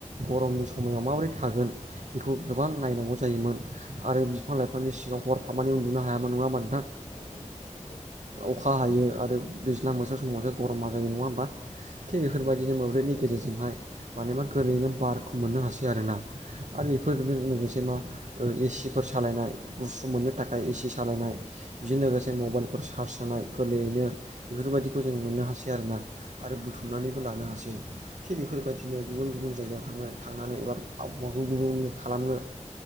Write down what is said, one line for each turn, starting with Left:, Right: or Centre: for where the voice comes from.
Right: गरमनि
Left: नंगौ नंगौ
Right: समायाव माबोरै थागोन बेखौ गोबां नायनांगौ जायोमोन आरो बिफां लाइफांनि सिंआव हरफामानि उन्दुनो हायामोन नङा होमबा नोथां।
Left: हायामोन उम नंगौ।
Right: अखा हायो आरो दैज्लां बोसोर समावसो गरमा जायो नङा होमबा? थिग
Left: नंगौ
Right: बेफोर बायदिनो मोब्लिबनि गेजेरजोंहाय मानेबा गोरलैयैनो बारखौ मोननो हासै आरोना। आरो
Left: नंगौ
Right: बेफोरजों लोगोसे मा ओ एसिफोर सालायनाय गुसु मोननो थाखाय एसि सालायनाय बिजों लोगोसे मबाइलफोर चार्ज होनाय गोरलैयैनो बेफोरबायदिखौ जों मोननो हासै आरोना आरो बुथुमनानैबो लानो हासै। थिग बेफोर बायदिनो गुबुन गुबुन जायगायाव थांना थांनानै एबा आबहावाखौ गुबुंले खालामनो